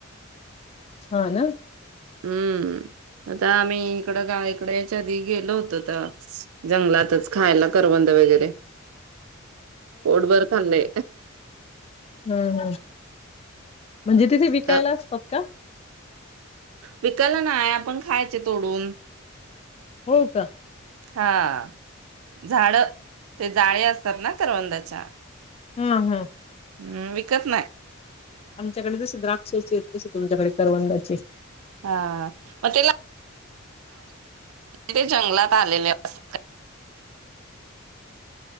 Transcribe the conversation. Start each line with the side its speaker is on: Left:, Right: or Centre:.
Left: हा ना.
Right: हम्म, आता आम्ही इकड गावा इकडे याच्या आधी गेलो होतो. जंगलातच खायला करबंद वगैरे, पोटभर खाल्ले.
Left: हम्म हम्म... म्हणजे तिथे विकायला
Right: तर
Left: असतात का?
Right: विकायला नाय, आपण खायचे तोडून..
Left: हो का.
Right: हा, झाड ते जाळे असतात ना करवंदाच्या.
Left: हम्म हम्म...
Right: हम्म विकत नाही.
Left: आमच्याकडे जसे द्राक्षाचे आहेत. तसे तुमच्याकडे करवंदाचे.
Right: हा मग ते ला ते जंगलात आलेले अस